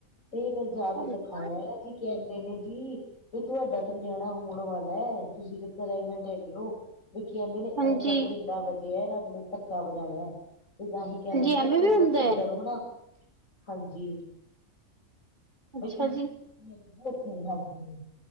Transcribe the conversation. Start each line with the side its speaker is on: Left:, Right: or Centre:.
Left: ਤੇ ਫਿਰ ਜਾ ਕੇ
Right: ਹਾਂਜੀ
Left: ਦਿਖਾਇਆ ਜੀ ਕਹਿੰਦੇ ਨੇ ਜੀ ਬਈ ਤੁਹਾਡਾ ਤਾਂ ਨਿਆਣਾ ਹੋਣ ਵਾਲਾ ਹੈ ਤੁਸੀਂ ਤੇ ਪ੍ਰੈਗਨੈਂਟ ਹੈਗੇ ਹੋ। ਵੀ ਕਹਿੰਦੇ ਨੇ
Right: ਹਾਂਜੀ
Left: ਐਸਾ ਠੇਡਾ ਵਜਿਆ ਰੱਬ ਨੇ ਧੱਕਾ ਵਜਾਯਾ। ਤੇ ਤਾਂਹੀ ਕਹਿੰਦੇ
Right: ਹਾਂਜੀ
Left: ਨੇ
Right: ਐਵੇਂ
Left: ਸੰਗਤ
Right: ਵੀ ਹੁੰਦਾ
Left: ਤੋਂ
Right: ਹੈ
Left: ਡਰੋ ਨਾ, ਹਾਂਜੀ <unintelligible>
Right: ਅੱਛਾ ਜੀ
Left: ਹਾਂਜੀ।